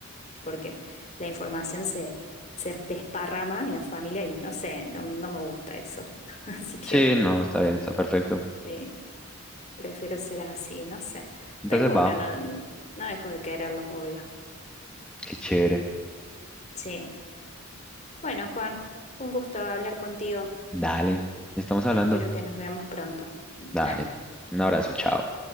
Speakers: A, on the left (about 30°); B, in the centre.
A: porque la información se, se desparrama en la familia y no sé, no, no me gusta eso. <laughs> Así que
B: Sí, no, está bien, está perfecto.
A: sí, prefiero ser así, no sé.
B: Entonces
A: Pero bueno,
B: va.
A: no, no dejo de quererlos, obvio.
B: Qué chévere.
A: Sí. Bueno, Juan, fue un gusto hablar contigo.
B: Dale, estamos hablando.
A: Espero que nos veamos pronto. Dale.
B: Dale, un abrazo, chao.